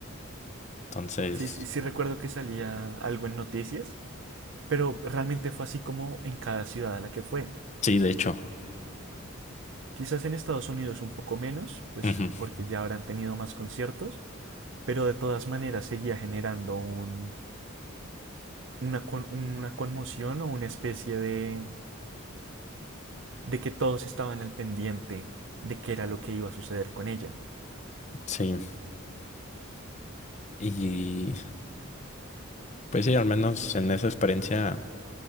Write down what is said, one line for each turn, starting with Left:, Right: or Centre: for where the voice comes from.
Left: Entonces,
Right: Sí, sí, sí recuerdo que salía algo en noticias Pero realmente fue así como en cada ciudad a la que fue.
Left: sí, de hecho.
Right: Quizás en Estados Unidos un poco menos, pues
Left: ujú,
Right: porque ya habrán tenido más conciertos, pero de todas maneras seguía generando un, una, con, una conmoción o una especie de, de que todos estaban al pendiente de qué era lo que iba a suceder con ella.
Left: Sí. Y pues sí, al menos en esa experiencia.